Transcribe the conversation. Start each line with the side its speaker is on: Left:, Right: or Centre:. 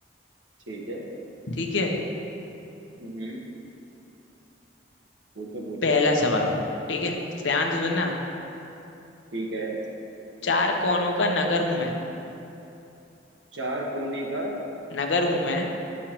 Right: ठीक है
Left: ठीक है
Right: हम्म पूछो पूछो
Left: पहला सवाल ठीक है ध्यान से सुनना
Right: हाँ, ठीक है
Left: चार कोनों का नगर हूं मैं
Right: चार कोने का
Left: नगर हूं मैं